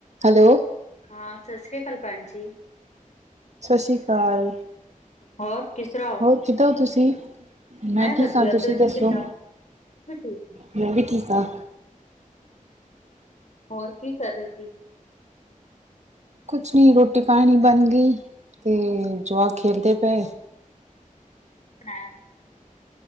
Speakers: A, on the right; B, on the left.
A: Hello.
B: ਹਾਂ, ਸਸ ਸ੍ਰੀ ਕਾਲ ਭੈਣ ਜੀ।
A: ਸਸ ਸੀ ਕਾਲ।
B: ਹੋਰ ਕਿਸ ਤਰ੍ਹਾਂ ਹੋ?
A: ਹੋਰ ਕਿੱਦਾਂ ਤੁਸੀਂ? ਮੈਂ ਠੀਕ
B: ਵਧੀਆ
A: ਆ, ਤੁਸੀਂ ਦੱਸੋ?
B: ਕਿੱਦਾਂ ਹੋ? ਮੈਂ ਠੀਕ ਹੈ।
A: ਮੈਂ ਵੀ ਠੀਕ ਹਾਂ।
B: ਹੋਰ ਕੀ ਕਰ ਰਹੇ ਸੀ।
A: ਕੁਛ ਨੀ ਰੋਟੀ ਪਾਣੀ ਬਣ ਗਈ ਤੇ ਜਵਾਕ ਖੇਲਦੇ ਪਏ।
B: ਹਾਂ